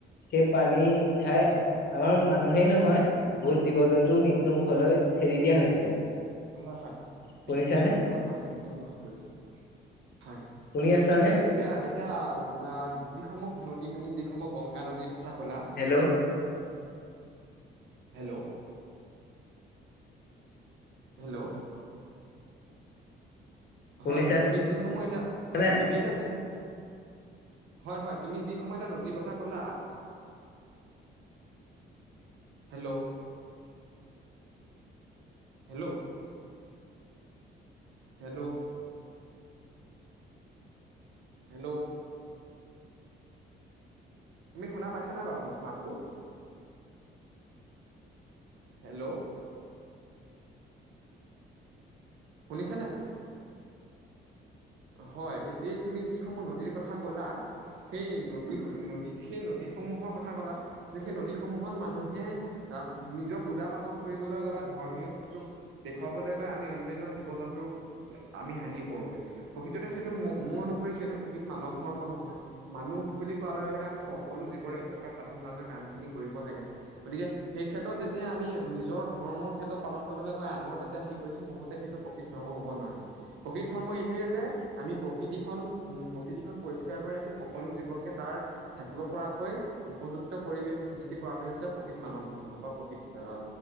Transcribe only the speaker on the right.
হয়
হয়
হয়। হয়।
মৃত মৃত্যু মুুখত পৰিছে।, মৃত্যু মুুখত পৰিছে। হয়,
এতি
এতিয়া এতিয়া এতিয়া আ, যিসমূহ নদী তুমি, যিসমূহ গংগা নদী থা ক'লা,
হেল্ল', হেল্ল',
হয়। তুমি যিসমূহ এতিয়া আ
তুমি এতিয়া যিসমূ হয়। হয়। তুমি যিসমুহ এটা নদীৰ কথা ক'লা। হেল্ল', হেল্ল', হেল্ল', হেল্ল', তুমি শুনা পাইছো। নে বাৰু মাতটো? হেল্ল', শুনিছা নাই তুমি? হয়। এতি তুমি যিসমূহ নদীৰ কথা ক'লা। সেই নদী নদী সেই নদীসমূহৰ কথা ক'লা। যে সেই নদীসমূহত মানুহে আহ নিজৰ পূজা পাতল কৰিবলৈ গৈ বা ধৰ্মীয়টো দেখুৱাবলৈ গৈ আমি অন্যান্য জীৱ জন্তুৰ আমি হানি কৰোগে প্ৰকৃততে সেইটো মোৰ অনুসৰি সেইটো প্ৰকৃত মানৱ ধৰ্ম নহয়। মানুহ বুলি কোৱাৰ লগে। লগে। আমি সকলো জীৱৰে উপকাৰ সাধন হোৱাকৈ কাম খিনি কৰিব লাগে। গতিকে সেই ক্ষেত্ৰত যেতিয়া আমি নিজৰ ধৰ্মৰ ক্ষেত্ৰত পালন কৰিবলৈ কয় আনৰ যেতিয়া হিৰি কৰিছো। মোৰ মতে সেইটো প্ৰকৃত ধৰ্ম নোৱাৰে ধৰ্ম এইটোৱে যে আমি প্ৰকৃতিখন উ প্ৰকৃতিখন পৰিষ্কাৰ কৰি ৰাখি সকলো জীৱকে তাৰ থাকিব পৰাকৈ উপযুক্ত পৰিৱেশ সৃষ্টি কৰাটোৱে হৈছে প্ৰকৃত মানৱ ধৰ্ম বা প্ৰকৃত আহ